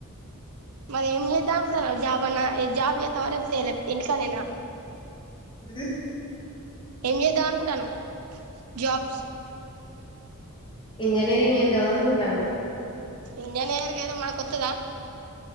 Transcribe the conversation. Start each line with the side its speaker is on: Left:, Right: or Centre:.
Right: మరి ఏం చేద్దానికి కూడా జాబ్ అన్నా జాబ్ చేస్తావా లేకపోతే లేకపోతే ఇంకానేనా
Left: ఉమ్.
Right: ఎం చేద్దానుకుటాను జబ్స్
Left: ఇంజనీరింగ్ చేద్దాం అనుకుంటాను
Right: ఇం ననే ఎర్గ ఇద మకతుదా